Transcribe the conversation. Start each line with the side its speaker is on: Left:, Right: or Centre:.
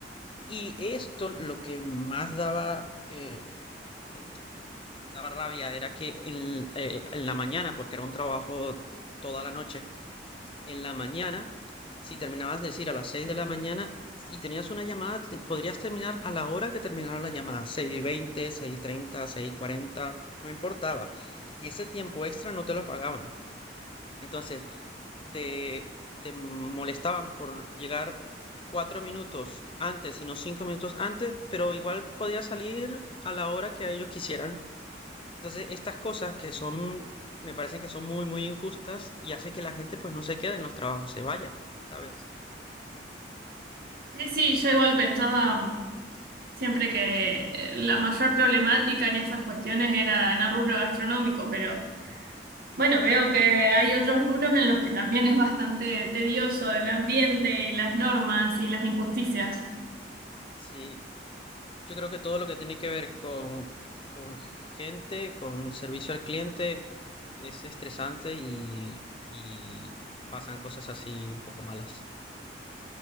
Left: Y esto lo que más daba, eh, de- daba rabia era que en, eh, en la mañana, porque era un trabajo toda la noche, en la mañana, si terminabas de decir a las seis de la mañana y tenías una llamada, te- podrías terminar a la hora que terminara la llamada, seis y veinte, seis y treinta, seis y cuarenta, no importaba. Y ese tiempo extra no te lo pagaban. Entonces, te, te molestaban por llegar cuatro minutos antes y no cinco minutos antes, pero igual podías salir a la hora que a ellos quisieran. Entonces, estas cosas que son, me parecen que son muy, muy injustas y hace que la gente pues no se quede en los trabajos, se vaya, ¿sabes?
Right: Sí, sí, yo igual pensaba mm, siempre que eh, la mayor problemática en esas cuestiones era en el rubro gastronómico, pero bueno, veo que hay otros rubros en los que también es bastante tedioso el ambiente y las normas y las injusticias.
Left: Sí, yo creo que todo lo que tiene que ver con, con gente, con servicio al cliente, es estresante y, y pasan cosas así un poco malas.